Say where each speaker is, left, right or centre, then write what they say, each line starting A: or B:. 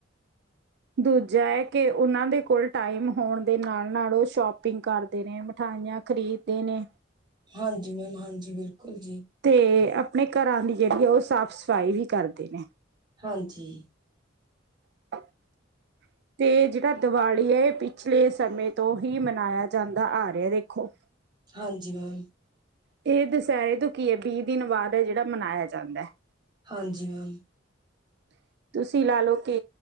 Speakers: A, on the right (about 60°); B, on the right (about 25°).
A: ਦੂਜਾ ਹੈ ਕਿ ਉਹਨਾਂ ਦੇ ਕੋਲ ਟਾਈਮ ਹੋਣ ਦੇ ਨਾਲ ਨਾਲ ਉਹ ਸ਼ੋਪਿੰਗ ਕਰਦੇ ਨੇ ਮਿਠਾਈਆਂ ਖ਼ਰੀਦਦੇ ਨੇ
B: ਹਾਂਜੀ ਮੈਮ, ਹਾਂਜੀ, ਬਿਲਕੁਲ ਜੀ।
A: ਤੇ, ਆਪਣੇ ਘਰਾਂ ਦੀ ਜਿਹੜੀ ਆ ਉਹ ਸਾਫ਼ ਸਫ਼ਾਈ ਵੀ ਕਰਦੇ ਨੇ।
B: ਹਾਂਜੀ।
A: <inaudible> ਅਤੇ ਜਿਹੜਾ ਦਿਵਾਲੀ ਹੈ ਇਹ ਪਿਛਲੇ ਸਮੇਂ ਤੋਂ ਹੀ ਮਨਾਇਆ ਜਾਂਦਾ ਆ ਰਿਹਾ ਦੇਖੋ।
B: ਹਾਂਜੀ ਮੈਮ।
A: ਇਹ ਦੁਸਹਿਰੇ ਤੋਂ ਕੀ ਹੈ ਵੀਹ ਦਿਨ ਬਾਅਦ ਹੈ ਜਿਹੜਾ ਮਨਾਇਆ ਜਾਂਦਾ ਹੈ।
B: ਹਾਂਜੀ ਮੈਮ।
A: ਹਾ। <inaudible> ਤੁਸੀਂ ਲਾ ਲਓ ਕਿ